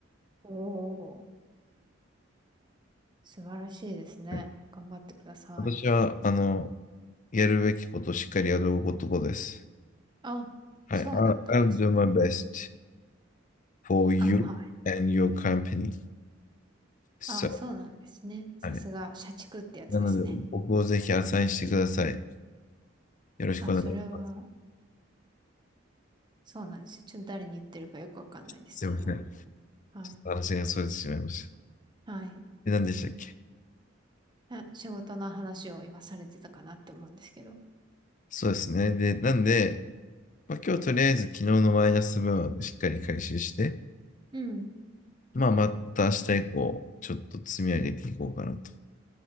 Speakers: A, on the right; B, on the left.
A: おー、素晴らしいですね。
B: はい
A: 頑張ってください。
B: 私は、あの、やるべきことをしっかりやることです。
A: あ、
B: はい。
A: そうだったんですね。
B: I'll, do my best for you
A: あ、はい。
B: and your company. So,
A: あ、そうなんですね。さすが、
B: はい。
A: 社畜ってやつですね。
B: なので、僕をぜひアサインしてください。よろしくお願いします。
A: あ、それは、そうなんですよ。ちょっと誰に言ってるかよくわかんないですけど。
B: すいません。ちょ
A: はい。
B: っと話が逸れてしまいました。
A: はい。
B: で、何でしたっけ
A: あ、仕事の話を今されてたかなって思うんですけど。
B: そうですね。で、なんで、まあ、今日とりあえず昨日のマイナス分はしっかり回収して、
A: うん。
B: まあ、また明日以降、ちょっと積み上げていこうかなと。